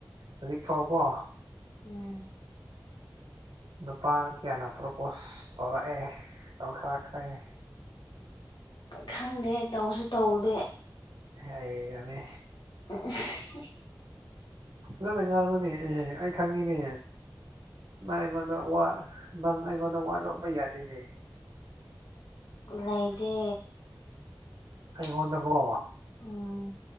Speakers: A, on the right (about 85°); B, on the left (about 75°).
A: ꯍꯧꯖꯤꯛ ꯐꯥꯎꯀꯣ
B: ꯎꯝ
A: ꯅꯨꯄꯥ ꯀꯌꯥꯅ ꯄ꯭ꯔꯣꯄꯣꯁ ꯇꯧꯔꯛꯑꯦ ꯇꯧꯈ꯭ꯔꯛꯈ꯭ꯔꯦ
B: ꯈꯪꯗꯦ ꯇꯧꯁꯨ ꯇꯧꯗꯦ
A: ꯍꯩ ꯌꯥꯝꯃꯦ
B: <unintelligible>
A: ꯐꯖꯅ ꯉꯥꯡꯉꯨꯅꯦ ꯑꯦ ꯑꯩ ꯈꯪꯉꯤꯅꯦ ꯅꯪ ꯑꯩꯉꯣꯟꯗ ꯋꯥ ꯅꯪ ꯑꯩꯉꯣꯟꯗ ꯋꯥꯂꯣꯠꯄ ꯌꯥꯔꯣꯏꯅꯦ
B: ꯂꯩꯗꯦ
A: ꯑꯩꯉꯣꯟꯗꯥꯕꯣ
B: ꯎꯝ